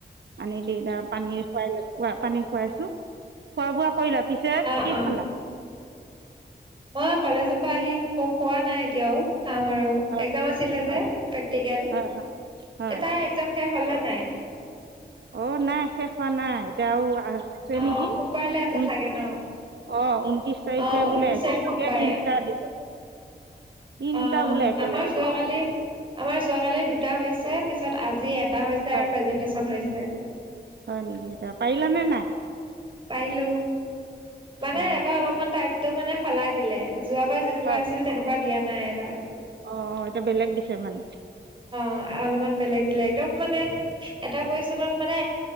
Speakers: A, on the right; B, on the right.
A: আনি দি এতিয়া, পানী খুৱাই পানী খুৱাইছো খোৱা বোৱা। কৰিলা পিছে,
B: অ',
A: কি
B: অ
A: খালা?
B: মই কলেজৰ পৰা আহি খো খোৱা নাই এতিয়াও। খাম আৰু,
A: হয়
B: একজাম আছিলে
A: হয়
B: যে প্ৰেক্টিকেল,
A: হয় হয়। হয়
B: এ তাইৰ একজাম শেষ হ'লনে নাই?
A: অ' নাই, শেষ হোৱা নাই, এতিয়া আৰু আছে
B: অ',
A: নেকি
B: সোমবাৰলৈ আছে
A: <unintelligible>
B: চাগে ন?
A: অহ', ঊনত্ৰিশ তাৰিখে
B: অ', ঊনত্ৰিশ
A: বোলে একেলগে
B: তাৰিখ সোমবাৰে।
A: তিনটা দিব। তিনিটা
B: অ',
A: বোলে। একেলগে
B: আমাৰ যোৱাকালি,
A: দিব হয়
B: আমাৰ যোৱাকালি দুটা হৈছে পিছত আজি এট টা হৈছে
A: হয়
B: আৰু প্ৰেজেণ্টেছন হৈছে।
A: হয় নেকি, পাৰিলা নে নাই?
B: পাৰিলো। মানে
A: অ
B: এইবাৰ অলপমান টাইপটো মানে সলাই দিলে, যোৱাবাৰ যেনেকুৱা
A: হয়
B: আছিল তেনেকুৱা দিয়া নাই এইবাৰ।
A: অ', এতিয়া বেলেগ দিছে মানে।
B: অ', আও অলপমান বেলেগ দিলে, একদম মানে। এটা কুৱেশনত মানে